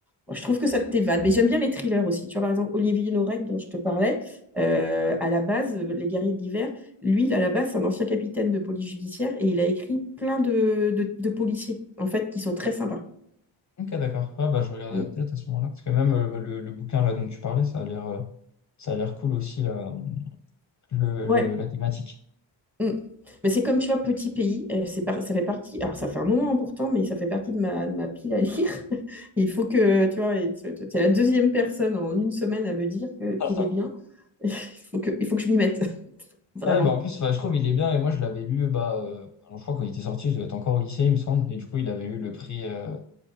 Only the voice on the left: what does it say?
Ok, d'accord. Ouais, bah, je regarderai
peut-être à ce moment-là. Parce que même euh, le, le bouquin là dont tu parlais, ça a l'air euh, ça a l'air cool aussi la, le,
le- la thématique.
<laughs>
Ouais, bah en plus, enfin, je trouve il est bien. Et moi, je l'avais lu, bah, euh, alors, je crois quand il était sorti, je devais être encore au lycée, il me semble. Et du coup, il avait eu le prix, euh,